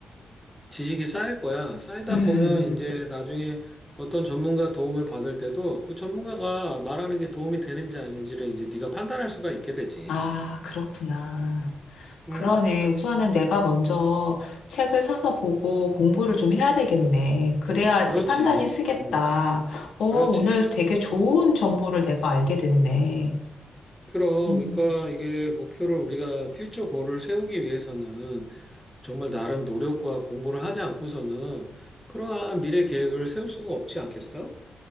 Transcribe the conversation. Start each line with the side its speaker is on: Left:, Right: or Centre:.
Centre: 지식이 쌓일 거야. 쌓이다
Left: 음, 음,
Centre: 보면 이제
Left: 음.
Centre: 나중에 어떤 전문가 도움을 받을 때도 그 전문가가 말하는 게 도움이 되는지 아닌지를 이제 네가 판단할 수가 있게 되지.
Left: 아, 그렇구나. 어, 그러네.
Centre: 응,
Left: 우선은 내가 먼저 책을 사서 보고 공부를 좀 해야 되겠네. 그래야지
Centre: 그렇지.
Left: 판단이 쓰겠다.
Centre: 응,
Left: 어, 오늘
Centre: 그렇지.
Left: 되게 좋은 정보를 내가 알게 됐네.
Centre: 그럼,
Left: 음.
Centre: 그러니까 이게 목표를 우리가 퓨처 골을 세우기 위해서는 정말 나름 노력과 공부를 하지 않고서는 그러한 미래 계획을 세울 수가 없지 않겠어?